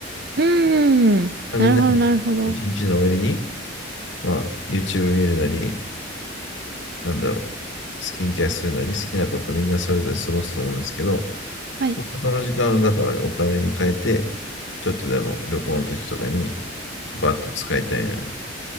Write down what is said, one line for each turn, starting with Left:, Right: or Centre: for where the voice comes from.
Right: うーん。
Left: みんなに一日の終わりに、
Right: なるほど、なるほど。
Left: まあ、YouTube 見るなり、なんだろう、スキンケアするなり好きなことみんなそれぞれ過ごすと思うんですけど、
Right: はい。
Left: その時間をだからお金に変えて、ちょっとでも旅行の時とかにバッと使いたいなって。